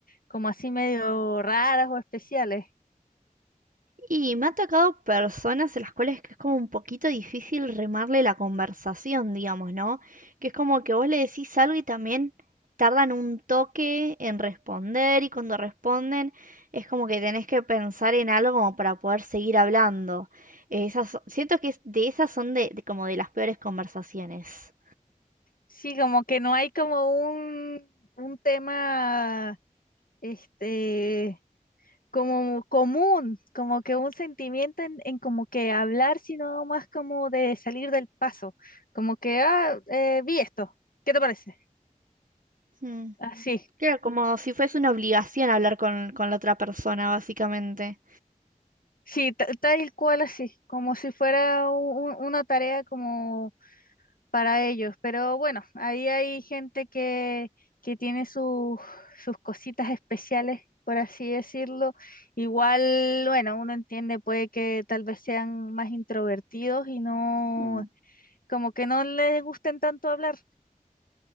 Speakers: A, on the left (about 85°); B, on the right (about 70°).
A: como así medio raras o especiales.
B: Y me ha tocado personas en las cuales que es como un poquito difícil remarle la conversación, digamos, ¿no? Que es como que vos le decís algo y también tardan un toque en responder y cuando responden es como que tenés que pensar en algo como para poder seguir hablando. Eh, Esas, siento que es- de esas son de, de como de las peores conversaciones.
A: Sí, como que no hay como un, un tema, este como común, como que un sentimiento en, en como que hablar, sino más como de salir del paso, como que, ah, eh, vi esto, ¿qué te parece?
B: Mm.
A: Así,
B: Claro, como si fuese una obligación hablar con, con la otra persona, básicamente.
A: sí, ta- tal cual así, como si fuera u- u- una tarea como para ellos, pero bueno, ahí hay gente que, que tiene sus sus cositas especiales. por así decirlo, igual, bueno, uno entiende, puede que tal vez sean más introvertidos y no
B: Mm.
A: como que no les gusten tanto hablar.